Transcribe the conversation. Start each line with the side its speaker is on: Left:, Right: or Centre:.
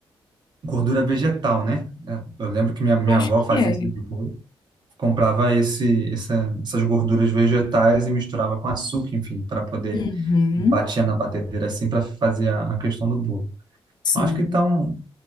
Right: gordura vegetal, né? É, Eu lembro que minha, minha
Left: Eu acho
Right: avó
Left: que
Right: fazia
Left: é.
Right: esse tipo de bolo, comprava esse, essa- essas gorduras vegetais e misturava com açúcar, enfim, para poder
Left: Uhum.
Right: batia na batedeira assim para fazer a, a questão do bolo.
Left: Sim.
Right: Acho que então,